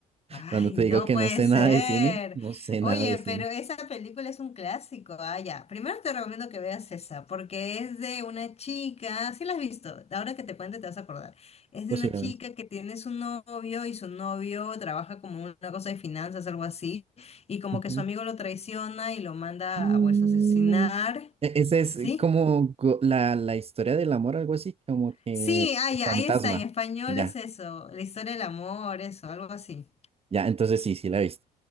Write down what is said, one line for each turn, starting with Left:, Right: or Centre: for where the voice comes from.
Left: Ay,
Right: cuando te
Left: no
Right: digo que
Left: puede
Right: no sé
Left: ser.
Right: nada de cine, no sé nada
Left: Oye,
Right: de cine,
Left: pero esa película es un clásico. Ah, ya. Primero te recomiendo que veas esa, porque es de una chica, sí la has visto, ahora que te cuente te vas a acordar. Es de
Right: posiblemente.
Left: una chica que tiene su novio y su novio trabaja como una cosa de finanzas, algo así, y como
Right: Ujú.
Left: que su amigo lo traiciona y lo manda
Right: Mm,
Left: a, pues, asesinar,
Right: e- Esa es
Left: ¿sí?
Right: como go- la, la historia del amor, algo así, como que
Left: Sí, ah,
Right: el
Left: ya,
Right: fantasma.
Left: ahí está, en español
Right: Ya,
Left: es eso, la historia del amor, eso, algo así.
Right: ya, entonces sí, sí la he visto.